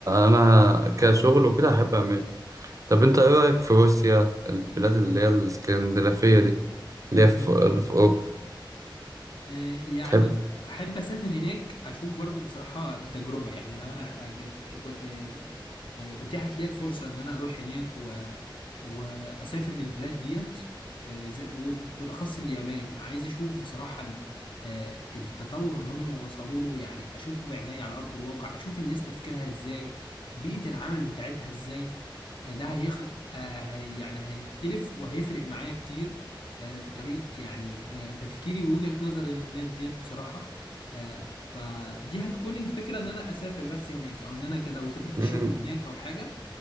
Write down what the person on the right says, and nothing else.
انا كشغل وكده احب امريكا طب انت ايه رايك في روسيا البلاد اللي هي الاسكندنافيه دي
اللي هي في في اوروبا
تحب
مم.